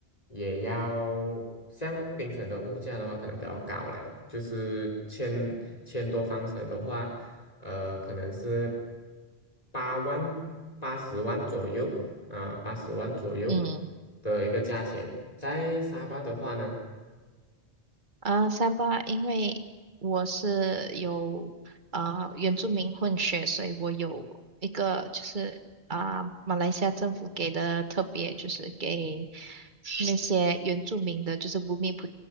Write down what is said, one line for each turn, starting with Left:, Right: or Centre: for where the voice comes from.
Left: 也要像槟城的物价的话可能比较高啦，就是千千多方尺的话，呃可能是八万八十万左右。呃八十万左右
Right: 嗯，
Left: 的一个价钱。在沙巴的话呢，
Right: 呃，三巴，因为我是有啊、呃原住民混血，所以我有一个就是啊、马来西亚政府给的特别，就是给那些原住民的，就是 Bumi p